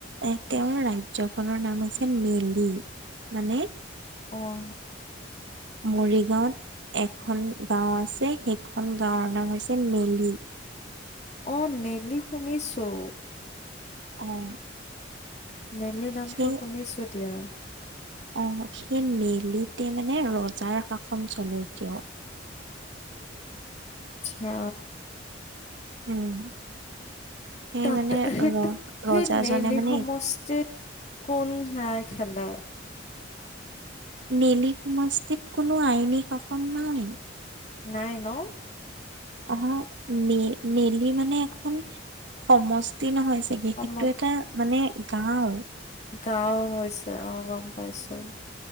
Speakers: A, on the right; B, on the left.
A: এ তেওঁৰ ৰাজ্যখনৰ নাম আছিল মেলি, মানে
B: অ'
A: মৰিগাঁওত এখন গাঁও আছে সেইখন গাঁওৰ নাম হৈছে মেলি
B: অ', নেলি শুনিছোঁ
A: অ'
B: নেলি নামটো
A: সেই
B: শুনিছো দিয়া
A: অ', সেই নেলিতে মানে ৰজাৰ শাসন চলে এতিয়াও
B: আচ্ছা
A: উম সেই
B: তাত
A: মানে
B: সেইটো
A: ৰ
B: সেই
A: ৰজাজনে
B: নেলি
A: মানে
B: সমষ্টিত কোন সেয়াই <unintelligible>
A: নেলি সমষ্টিত কোনো আইনী শাসন নাই
B: নাই ন?
A: অহ', নেলি মানে এখন সমষ্টি নহয়। নেকি
B: সম
A: এইটো এটা মানে গাঁৱেই
B: গাওঁ হৈছে আহ' গম পাইছোঁ